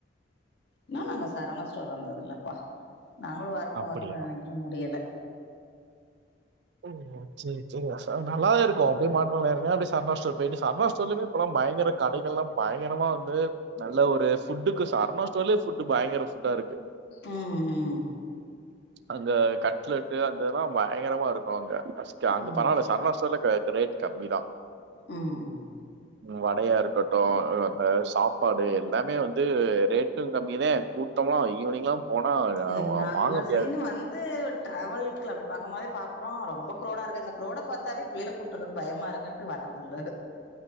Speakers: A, on the left (about 65°); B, on the right (about 65°).
A: இன்னும் நாங்க சரவணா ஸ்டோர் வந்ததுலப்பா நாங்களும் வரணும்
B: அப்டியா
A: வரணும் நெனைக்கிறோம் முடியல
B: ஓ செரி செரி நல்லா இருக்கும் அப்படியே மாட்டு போலாம் அப்படி சரவணா ஸ்டோர் போயிட்டு சரவணா ஸ்டோர்லயே இப்பல்ல பயங்கர கடைகள் எல்ல பயங்கரமா வந்து நல்ல ஒரு ஃபுட்டுக்கு சரவணா ஸ்டர்லயும் ஃபுட்டு பயங்கர ஃபுட்டா இருக்கு
A: உம் உம்
B: அங்க கட் லட்டு அந்த இது ப பயங்கரமா இருக்கும் அங்க ஃபஸ்ட் அங்க
A: ம்
B: பரவால சரவணா ஸ்டோர்ல ரேட் கம்மி தான்
A: உம் உம்
B: வடையா இருக்கட்டும் அந்த சாப்பாடு எல்லாமே வந்து ரேட்டும் கம்மிதான் கூட்டம்லாம் ஈவினிங்லாம் போனா அ
A: என்ன
B: வா
A: அந்த
B: வாங்க முடியாது.
A: சைடு வந் து டிராவல அப்படி பாக்கிறப்போ பாக்கிறோம் ரொம்ப கிரௌடா இருக்கு இந்த க்ரௌட பாத்தாவே பிள்ளை கூப்பிட்டு வர பயமா இருக்கு ண்ட்டு வர்ரது இல்ல